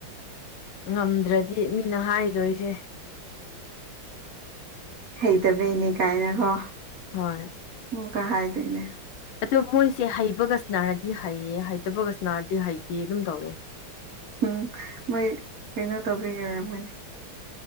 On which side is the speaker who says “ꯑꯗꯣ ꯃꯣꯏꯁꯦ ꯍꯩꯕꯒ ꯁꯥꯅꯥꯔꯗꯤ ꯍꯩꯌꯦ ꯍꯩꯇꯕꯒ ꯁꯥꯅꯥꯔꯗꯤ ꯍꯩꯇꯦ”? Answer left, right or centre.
Left